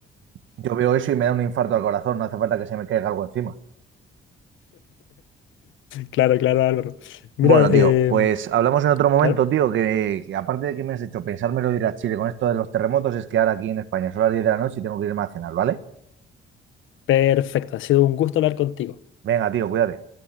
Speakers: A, on the right; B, on the left.
A: Yo veo eso y me da un infarto al corazón, no hace falta que se me caiga algo encima.
B: Claro, claro, Álvaro. Mira,
A: Bueno, tío,
B: em,
A: pues hablamos en otro momento,
B: claro,
A: tío, que, que aparte de que me has hecho pensármelo de ir a Chile con esto de los terremotos, es que ahora aquí en España son las 10 de la noche y tengo que irme a cenar, ¿vale?
B: perfecto, ha sido un gusto hablar contigo.
A: Venga, tío, cuídate.